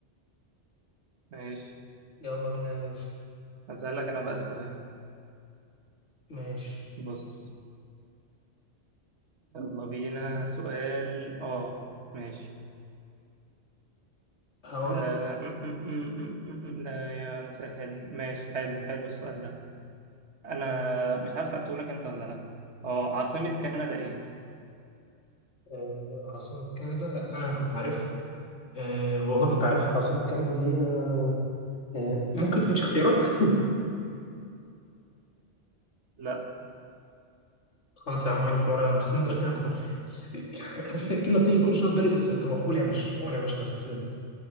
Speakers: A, on the right (about 75°); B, on the left (about 80°).
A: ماشي
B: يلا بينا يا باشا
A: أسألك أنا بقى سؤال
B: ماشي
A: بص يلا بينا سؤال آه ماشي
B: هقول
A: آه م -م -م -م -م. لا يا مسهل ماشي حلو حلو السؤال ده أنا مش عارف سألته لك أنت ولا لأ آه عاصمة كندا إيه؟
B: آه، عاصمة كندا لا ثانية أنا كنت عارف أه والله كنت عارف عاصمة كندا اللي هي أه آه، ممكن فيش اختيارات <laughs>
A: لأ
B: خلاص يا عم غير الحوار انا بس متأكد انا كنت <laughs> يعني عارف انت الكلمة بتيجي كل شوية في بالي بس بتروح قول يا باشا قول يا باشا انا استسلمت